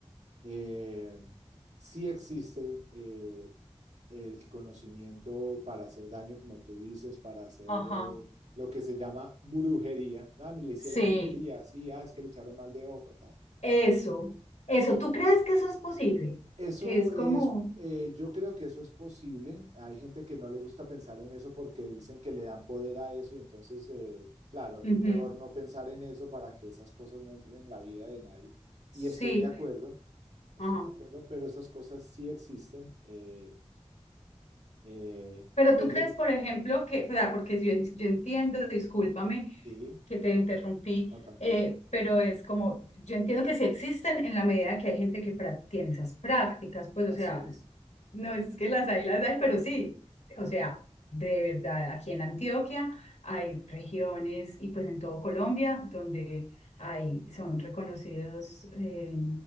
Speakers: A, on the right; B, on the left.
A: Eh, sí existe eh, el conocimiento para hacer daño, como tú dices, para hacer
B: ajá,
A: eh, lo que se llama brujería. Ah, me le hicieron
B: sí.
A: brujería, sí, ah, es que le echaron mal de ojo, ta, ta,
B: Eso, eso, ¿tú crees que eso es posible?
A: Eso
B: Que es
A: es,
B: como,
A: eh, yo creo que eso es posible. Hay gente que no le gusta pensar en eso porque dicen que le dan poder a eso y entonces, eh, claro,
B: ujú,
A: es mejor no pensar en eso para que esas cosas no entren en la vida de nadie. Y
B: sí.
A: estoy de acuerdo, estoy
B: Ajá.
A: de acuerdo, pero esas cosas sí existen. eh, eh,
B: Pero
A: se
B: tú
A: llega,
B: crees, por ejemplo, que, o sea, porque yo, en- yo entiendo, discúlpame
A: sí,
B: que te interrumpí,
A: no, tranquila,
B: eh, pero es como, yo entiendo que sí existen en la medida que hay gente que pra- tiene esas prácticas, pues,
A: así
B: o sea,
A: es.
B: no es que las hay, las hay, pero sí, o sea, de verdad, aquí en Antioquia hay regiones y pues en todo Colombia donde hay, son reconocidos eh,